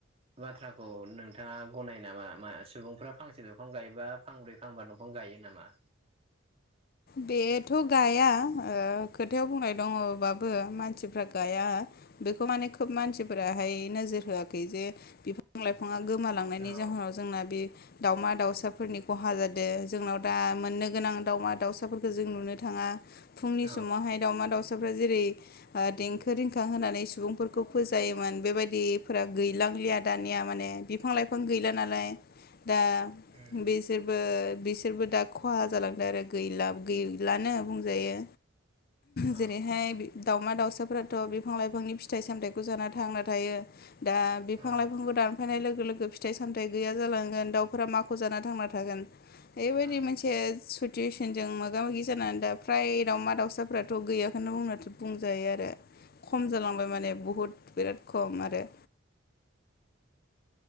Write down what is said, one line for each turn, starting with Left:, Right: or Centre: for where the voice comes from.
Right: बाथ्राखौ नोंथाङा गनायो नामा? सुबुंफोरा फांसे दंफां गायोबा फांब्रै फांबा दंफां गायो नामा?
Left: बेथ गाया खोथायाव बुंनाय दङबाबो मानसिफ्रा गाया बेखौ माने खोब मानसिफोराहाय नोजोर होआखै जे बिफां लाइफाङा गोमालांनायनि
Right: औ
Left: जाहोनाव जोंना बे दाउमा दाउसाफोरनि खहा जादों जोंनाव दा मोननो गोनां दाउमा दाउसा फोरखौ जों नुनो थाङा। फुंनि
Right: औ
Left: समावहाय दाउमा दावउसा जेरै देंखो रिंखां होनानै सुबुंफोरखौ फोजायोमोन। बेबायदिफोरा गैलांलिया दानिया माने बिफां लाइफां गैला नालाय दा
Right: उम
Left: बिसोरबो बिसोरबो दा खहा जालांदों आरो गैला। गैलानो बुंजायो
Right: औ
Left: जेरैहाय दावमा दाउसाफोराथ बिफां लाइफांनि फिथाइ सामथायाखौ जाना थांना थायो दा बिफां
Right: औ
Left: लाइफांखौ दानफायनाय लोगो लोगो फिथाइ सामथायाइ गैया जालांगोन दाउफोरा माखौ जाना थांना थागोन बेबायदि
Right: औ
Left: मोनसे सुथुवेसनजों मो मोगा मोगि जानानै दा फ्राय दावमा दाउसाफोराथ गैयाखौनो बुंजायो। आरो खम
Right: औ
Left: जालांबाय माने बहुद बिराद खम आरो।